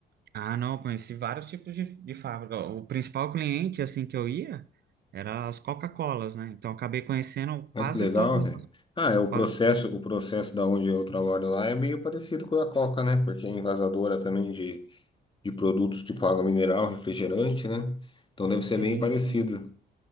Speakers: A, on the right; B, on the left.
A: ah não, eu conheci vários tipos de, de fábrica. O principal cliente assim que eu ia era as Coca-Colas, né? Então eu acabei conhecendo
B: Ah,
A: quase
B: que legal,
A: todas,
B: velho. Ah, é o
A: quase
B: processo, o processo da onde eu trabalho lá é meio parecido com o da Coca, né? Porque é envasadora também de de produtos tipo água mineral, refrigerante, né? Então deve ser
A: sim.
B: bem parecido.
A: sim.